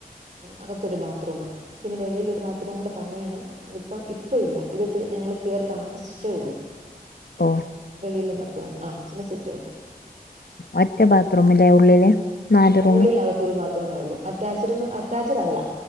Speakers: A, on the right; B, on the left.
A: അകത്തൊരു ബാത്റൂം പിന്നെ വെളിയിലൊരു ഒരു ബാത്റൂം കൂടെ പണിയണം അതിപ്പം ഇപ്പ ഇല്ല ഇത് തീ ഞങ്ങൾ കയറി താമസിച്ചിട്ടേ ഉള്ളു
B: ഓ
A: ഉള്ളിൽ ബാത്രൂം ആ പിന്നെ സിറ്റ്ഔട്ട്
B: ഒറ്റ ബാത്റൂമിലെ ഉള്ളില് നാല് റൂം
A: ഉള്ളിൽ അകത്ത ഒരു ബാത്റൂമേ ഉള്ളൂ, അറ്റാച്ചഡ് ഒന്നും അറ്റാച്ചഡ് അല്ല